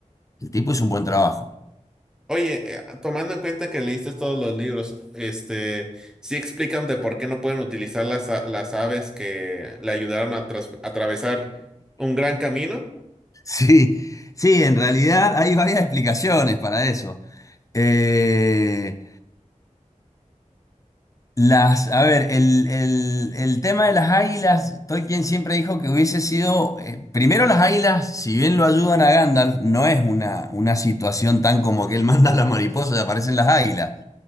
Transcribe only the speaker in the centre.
Oye, eh, tomando en cuenta que leíste todos los libros, este, sí explican de por qué no pueden utilizar las, a- las aves que le ayudaron a tras- atravesar un gran camino.